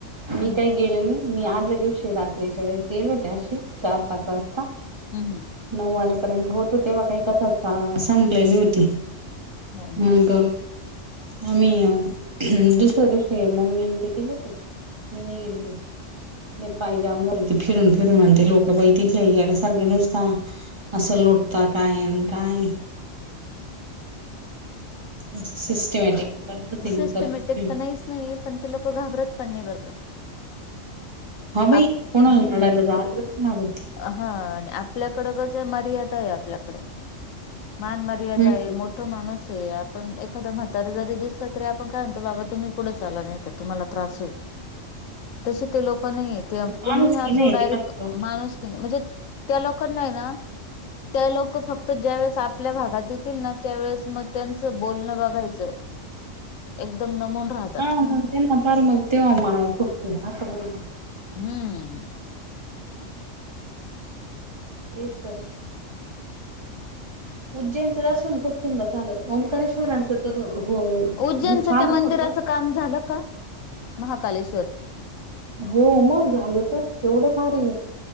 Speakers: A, on the right; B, on the left.
A: मी
B: हम्म
A: काही गेले नाही. मी आदल्या दिवशी रात्रीच्या वेळेस गेलो हो त्याशी चार-पाच वाजता.
B: हम् ह.
A: नऊ वाजेपर्यंत होतो तेव्हा <unintelligible> संपलेली होती.
B: हो ना
A: <inaudible> नाही का. आम्ही दुसऱ्या दिवशी मम्मी ते गेले होते. ननी गेली प पाय जाम फिरून-फिरून आणते लोकं बाई तिथले याड्यासारखे नुसता. असं लुटत काय अनंता आणि सिस्टमॅटिक पद्धतीने
B: सिस्टमेटिक
A: करतेच मी
B: तर नाहीच नाही पण ते लोक घाबरत पण नाही बर का.
A: हा बाई
B: आप
A: <unintelligible> कोणाल
B: हम्म.
A: न आत <unintelligible>
B: हा आणि आपल्याकड कस आहे मर्यादा आहे आपल्याकडे मान म र्यादा
A: हम्म
B: आहे मोठ माणूस आहे आपण एकादा म्हातारी जरी दिसलं तरी आपण काय म्हणतो बाबा तुम्ही पुढे चाला नाही तर तुम्हाला त्रास होईल.
A: <inaudible>
B: तसे ते लोक नाही ते
A: माणुसकी
B: कोणीही असो
A: नाही
B: डायरेक्ट
A: ते कसं
B: माणूस की नाही म्हणजे त्या लोकांना आहे ना त्या लोक फक्त ज्या वेळेस आपल्या भागात येतील ना त्यावेेळेस मग त्यांचं बोलणं बा व्हायचं <inaudible> एकदम नमून. राहतात
A: हा मग त्यां ना फार मग तेव्हा माया खूप ते असं बोलत.
B: हम्म.
A: <inaudible> तेस तर. उज्जैनचं दर्शन खूप सुंदर झालं ओंकारेश्वरांचं तर
B: उज्जैनचं
A: हो छानच
B: त्या मंदिराच
A: होतं.
B: काम झालं का? महाकालेश
A: हो मग, झालं तर केवढं भारी.